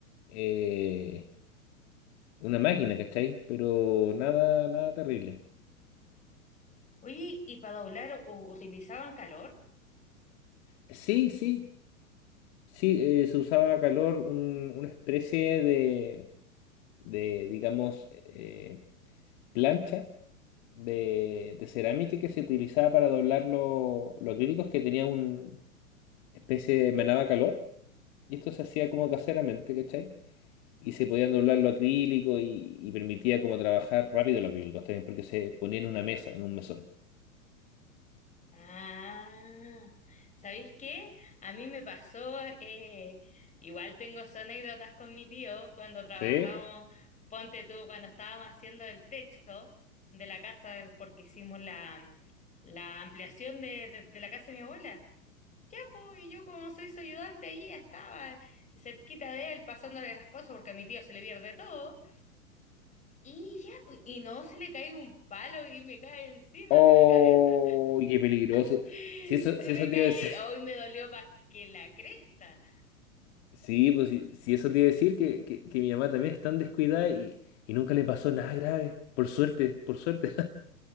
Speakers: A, on the left; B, on the left.
A: eh, una máquina, ¿cachai? Pero nada, nada terrible.
B: Oye, ¿y para doblar u- utilizaban calor?
A: Sí, sí, sí, eh, se usaba a calor un- una especie de, de digamos, eh, plancha de, de cerámica que se utilizaba para doblar lo- los acrílicos que tenía una especie de emanaba calor. Y esto se hacía como caseramente, ¿cachai? Y se podían doblar los acrílicos y, y permitía como trabajar rápido los acrílicos también, porque se ponía en una mesa, en un mesón.
B: Ah, ¿sabéis qué? A mí me pasó, eh, igual tengo sus anécdotas con mi tío cuando trabajábamos,
A: ¿Sí?
B: ponte tú, cuando estábamos haciendo el techo de la casa porque hicimos la, la ampliación de, de- de la casa de mi abuela. Ya, po, Y yo como soy su ayudante ahí estaba cerquita de él pasándole las cosas porque a mi tío se le pierde todo. Y ya, pues, y no se le cae un palo y me cae encima
A: ¡Oh!
B: de la cabeza.
A: ¡Qué peligroso!
B: <laughs> Se
A: Si eso, si
B: me
A: eso te
B: cae,
A: iba a decir. <laughs>
B: hoy me dolió más que la cresta.
A: Sí, pues si, si eso te iba a decir que, que, que mi mamá también es tan descuidada y, y nunca le pasó nada grave. Por suerte, por suerte.